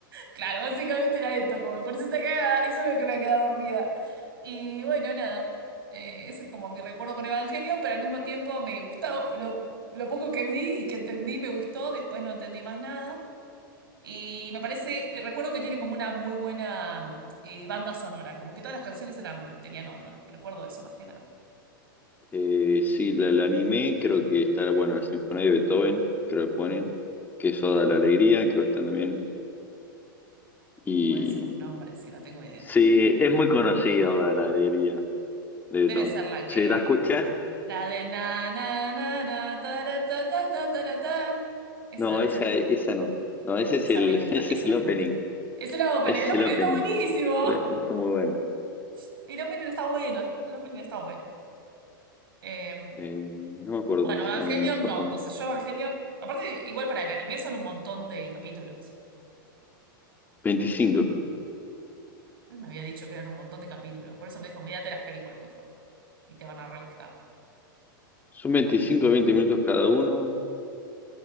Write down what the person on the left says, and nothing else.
Eh, sí, la, la anime, creo que está, bueno, la Sinfonía de Beethoven, creo que ponen, que es Oda a la Alegría, creo que está también Y
sí, es muy conocida Oda la alegría de
Beethoven.
Si la escuchas,
no, esa,
esa no. No, ese
es el,
<laughs> ese
es
el
opening.
Ese
es
el opening.
El- Está muy bueno.
Eh, no me acuerdo
cómo
se llaman en Japón.
veinticinco
Son veinticinco o 20 minutos cada uno.